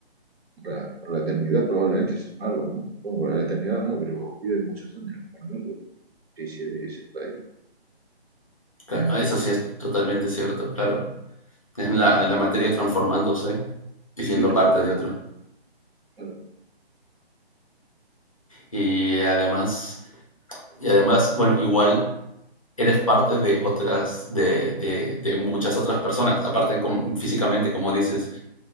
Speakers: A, on the right; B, on the left.
A: para, para la eternidad probablemente si es un árbol, ¿no? Bueno, para la eternidad no, pero vives muchos años con un árbol. Y si si está ahí.
B: claro,
A: Eh,
B: ah, eso sí es totalmente cierto, claro. Es la, la materia transformándose y
A: sí,
B: siendo
A: sí, claro,
B: parte de otro.
A: claro.
B: Y además, y además, bueno, igual eres parte de otras, de, de, de muchas otras personas, aparte con, físicamente, como dices.